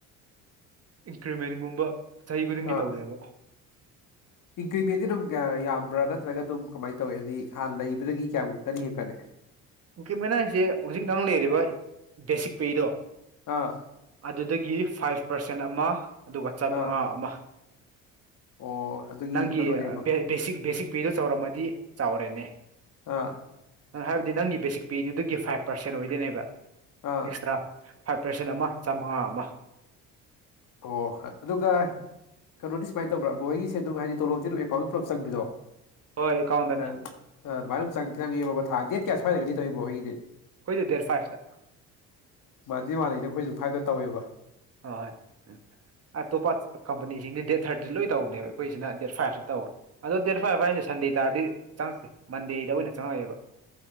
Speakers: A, on the right; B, on the left.
A: ꯏꯟꯀ꯭ꯔꯤꯃꯦꯟꯒꯨꯝꯕ ꯆꯍꯤ ꯈꯨꯗꯤꯡꯒꯤ
B: ꯑꯥ
A: ꯇꯧꯋꯦꯕ
B: ꯏꯟꯀ꯭ꯔꯤꯃꯦꯟꯗꯤ ꯑꯗꯨꯝ ꯀꯌꯥ ꯌꯥꯝꯕ꯭ꯔꯥ ꯅꯠꯇ꯭ꯔꯒ ꯑꯗꯨꯝ ꯀꯃꯥꯏꯅ ꯇꯧꯋ ꯍꯥꯏꯗꯤ ꯍꯥꯟꯅ ꯂꯩꯕꯗꯒꯤ ꯀꯌꯥꯃꯨꯛꯀꯅꯤ ꯍꯦꯟꯒꯠꯂꯛꯑꯦ
A: ꯑꯣꯀꯦ ꯃꯅꯥꯏꯁꯦ ꯍꯧꯖꯤꯛ ꯅꯪ ꯂꯩꯔꯤꯕ ꯕꯦꯁꯤꯛ ꯄꯦꯗꯣ
B: ꯑꯥ
A: ꯑꯗꯨꯗꯒꯤ ꯐꯥꯏꯚ ꯄꯥꯔꯁꯦꯟ ꯑꯃ ꯑꯗꯨꯒ ꯆꯥꯃꯉꯥ
B: ꯑꯥ
A: ꯑꯃ
B: ꯑꯣ ꯑꯗꯨꯒꯤ
A: ꯅꯪꯒꯤ
B: ꯀꯩꯅꯣꯅꯦꯕ
A: ꯕꯦꯁꯤꯛ ꯄꯦꯗꯣ ꯆꯥꯎꯔꯝꯃꯗꯤ ꯆꯥꯎꯔꯦꯅꯦ
B: ꯑꯥ
A: ꯅꯪ ꯍꯥꯏꯕꯗꯤ ꯅꯪꯒꯤ ꯕꯦꯁꯤꯛ ꯄꯦꯗꯨꯗꯒꯤ ꯐꯥꯏꯚ ꯄꯥꯔꯁꯦꯟ ꯑꯣꯏꯗꯣꯏꯅꯦꯕ
B: ꯑꯥ
A: ꯑꯦꯛꯁꯇ꯭ꯔꯥ ꯐꯥꯏꯚ ꯄꯥꯔꯁꯦꯟ ꯑꯃ ꯃꯥꯕ
B: ꯑꯣ ꯑꯗꯨꯒ ꯀꯩꯅꯣꯗꯤ ꯁꯨꯃꯥꯏꯅ ꯇꯧꯕ꯭ꯔꯥ ꯃꯣꯏꯒꯤꯁꯦ ꯑꯗꯨꯝ ꯍꯥꯏꯗꯤ ꯇꯣꯂꯣꯞꯝ ꯑꯦꯀꯥꯎꯟ ꯄꯨꯂꯞ ꯆꯪꯕꯤꯗꯣꯚꯥꯏ
A: ꯍꯣꯏ ꯑꯦꯀꯥꯎꯟꯗꯅꯤ
B: ꯑꯗꯨ ꯆꯪ ꯆꯪꯡꯒ ꯊꯥ ꯗꯦꯠ ꯀꯌꯥ ꯁ꯭ꯏꯗꯗꯤ ꯇꯔꯤꯕ꯭ꯔꯣ ꯑꯩꯒꯤꯗꯤ
A: ꯑꯩꯈꯣꯏꯗꯤ ꯗꯦꯠ ꯐꯥꯏꯚꯇ
B: ꯑꯗꯨꯗꯤꯥꯟꯅꯩ ꯑꯩꯈꯣꯏꯁꯨ ꯐꯥꯏꯠ ꯇꯧꯋꯦꯕ
A: ꯍꯣꯏ ꯍꯣꯏ ꯑ ꯇꯣ ꯄ ꯀꯝꯄꯅꯤꯁꯤ ꯗꯦ ꯊꯔꯇ ꯂꯣꯏ ꯇꯧꯅꯦꯕ ꯑꯩꯈꯣꯏꯁꯤꯅ ꯗꯦꯠ ꯐꯥꯏꯚꯇ ꯇꯧꯋ ꯑꯗꯣ ꯗꯦꯠ ꯐꯥꯏꯚ ꯍꯥꯏꯁꯦ ꯁꯟꯗꯦ ꯇꯥꯔꯗꯤ ꯆꯪꯉꯛꯇꯦ ꯃꯟꯗꯦꯗ ꯑꯣꯏꯅ ꯆꯪꯉꯛꯑꯦꯕ